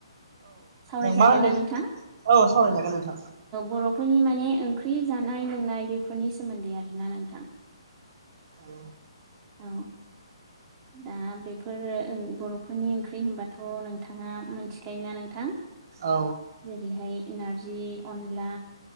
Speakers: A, on the right; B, on the right.
A: सावरायजागोन
B: मा होनदों
A: ना नोंथां
B: औ सावरायजागोन नोंथां
A: बर'फोरनि माने ओंख्रि जानाय लोंनाय बेफोरनि सोमोन्दै आरोना नोंथां।
B: औ।
A: औ। दा बेफोर बर'फोरनि ओंख्रि होनबाथ' नोंथाङा मोनथिखायोना नोंथां?
B: औ
A: जेरैहाय नारजि अनला